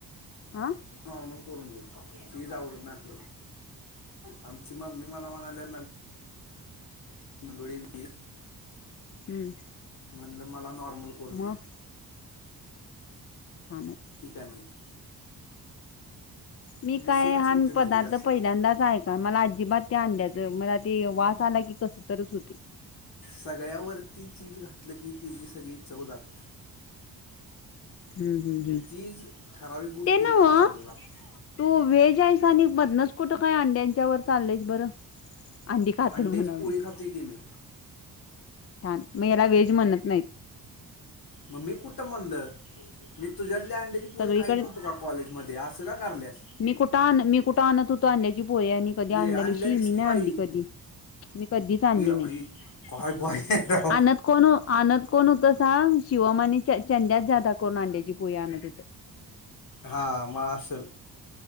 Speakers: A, on the left (about 40°); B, on the left (about 70°).
A: अह
B: नॉर्मल करून देीज आवडत आमची मम्मी मला म्हणाल्या नडळी बीर
A: हम्म
B: मला नॉर्मल करून
A: मग
B: दे
A: छानच
B: ठीक हाय म्हणती.
A: मी
B: विषय
A: काय
B: का सुटते
A: हा
B: माहिती
A: पदार्थ
B: जास्त
A: पहिल्यांदाच ऐका मला अजिबात त्या अंड्याच मला ते वास आला की कस तरच होतय.
B: सगळ्यावरती चीज घातलं की, तिजी सगळी चव जात्या.
A: हूं हूं हूं
B: चीज ठराविक गोष्टींवर
A: ते नव्ह
B: चांगलं लागते
A: तु व्हेज स आणि मध कुठं काय अंड्यांच्या व चालयस बरं अंडी खातो
B: अंड्याची
A: ना म्हणव
B: पोळी
A: मी
B: खातोय की मी
A: छान म याला व्हेज म्हणत नाहीत.
B: म मी कुठं म्हणलं मी तुझ्यातली अंड्याची पोळी
A: सगळीकडे
B: खाईत नव्हतो का कॉलेजमध्ये असं का करल्यास
A: मी कुठं आण मी कुठं आणत होतो अंड्याची पोळी आणि कधी
B: ए
A: आणलेलो
B: आणलेलीस
A: शी मी
B: की
A: नाये
B: बाई
A: आणली कधी मी कधीच आणली
B: ए आई
A: नाय
B: काय बाई आहे राव
A: आणत कोण आणत कोण होत सांग शिवम आणि चं चंंदा जाादा करून अंड्याची पोळी आणत होतं.
B: हा म असल.